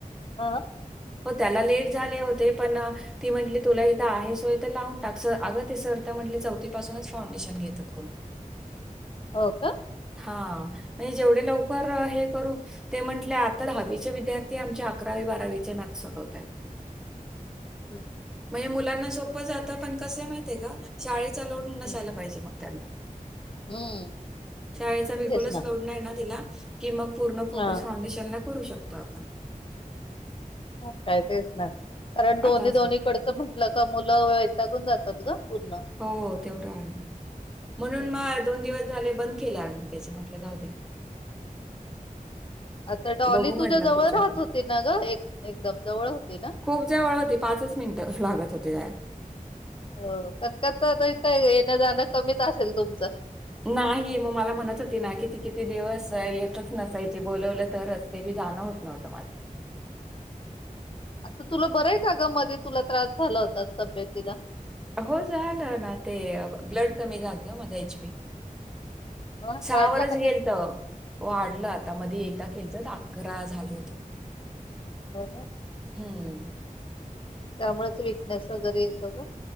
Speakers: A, on the left; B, in the centre.
A: हा
B: हो त्याला लेट झाले होते पण ती म्हटली तुला इथं आहे सोय इथ लावून टाक अगं तिंर्थ म्हटलं चौथीपासूनच फाउंडेशन घेतात कोण.
A: हो का?
B: हा म्हणजे जेवढे लवकर हे करू ते म्हंटले आता दहावीचे विद्यार्थी. ते आमच्या अकरावी बारावीचे मॅथ सोडवताय.
A: हम्म
B: म्हणजे मुलांना सो सोप जात. पण कसय माहिती का? शाळेचा लोड नसायला
A: हम्म
B: पाहिजे मग त्याना.
A: हम्म
B: शाळेचा बिलकुलच
A: तेच ना
B: लोड नाही ना तिला की मग पूर्ण फोकस
A: हा
B: फाउंडेशन ला करू शकतो आपण.
A: होय का तेच ना कारण दोन्ही
B: आता असं
A: -दोन्ही कडच म्हटलं का मुल वैतागून जातात ग पूर्ण
B: हो तेवढा आहे म्हणून
A: हम्म.
B: मग, दोन दिवस झाले बंद केल अग मी त्याच म्हट जाऊ दे.
A: आता डॉली
B: बघू म्हटलं
A: तुझ्या जवळ
B: पुढच्या
A: राहत
B: वेळेस.
A: होती ना ग एक -एकदम जवळ होती ना?
B: खूप जवळ होती पाचच मिनिट लागत होते जाय
A: हो पण कता काय येणं जाणं कमीच असेल तुमचं
B: नाही मग मला म्हणत होती ना किती किती दिवस येतच नसायची बोलवलं तरच, तेही जाण होत नव्हतं म
A: आता तुला बऱ का ग? मध्येध तुला त्रास झाला होता तब्येतीला.
B: हो झालं ना ते ब्लड कमी झालत माझ्या एच बी
A: हं?
B: सहा
A: वाढला
B: वरच
A: का नाही
B: गेल तर वाढलं आता मध्ये एकदा केलच तर अकरा झाल होत.
A: हो का?
B: हम्म
A: त्यामुळेच वीिकनेस वगैरे येतो ग.